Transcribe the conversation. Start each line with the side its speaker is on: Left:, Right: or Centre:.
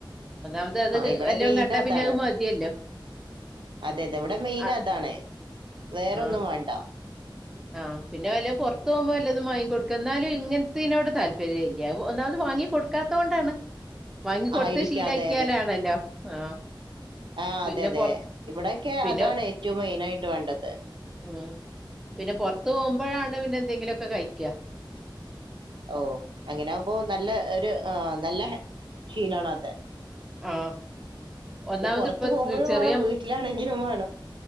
Centre: ഒന്നാമത് അത്
Right: ഇവിടെ
Centre: വല്ലും
Right: മെയിൻ
Centre: കണ്ടാ
Right: അതാണ്
Centre: പിന്നെ അത് മതിയല്ലോ
Right: അതെ അതെ. ഇവടെ മെയിൻ
Centre: ആ
Right: അതാണ് വേറോന്നും
Centre: ആ
Right: വേണ്ട.
Centre: ആഹ്. പിന്നെ വല്ല പൊറത്ത് പോവുമ്പോ വല്ലതും വാങ്ങി കൊടുക്കാ. എന്നാലും ഇങ്ങനത്തിനോട് താല്പര്യം ഇല്ല. ഒന്നാത് വാങ്ങി കൊടുക്ക് ക്കാത്ത കൊണ്ടാണ്. വാങ്ങി കൊടുത്ത്
Right: ആയിരിക്കാം
Centre: ശീലാക്ക്യാലാണല്ലോ.
Right: അതെ
Centre: ആഹ്
Right: ആഹ്
Centre: പിന്നെ
Right: അതെ അതെ.
Centre: പൊ
Right: ഇവിടൊക്കെ
Centre: പിന്നെ
Right: അതാണ് ഏറ്റവും മെയിനായിട്ട് വേണ്ടത്
Centre: ഉം പിന്നെ പൊറത്ത് പോവുമ്പഴാണ് പിന്നെ എന്തെങ്കിലൊക്കെ കഴിക്കാ.
Right: ഓഹ് അങ്ങനെ ആവുമ്പോ നല്ല ഒരു ആഹ് നല്ല ശീലാണത്.
Centre: ആഹ് ഒന്നാമത്
Right: ഇത് പൊറത്തു
Centre: ഇപ്പ
Right: പോവുമ്പഴും
Centre: ചെറിയ
Right: വേണം. വീട്ടിലാണെങ്കിലും വേണം.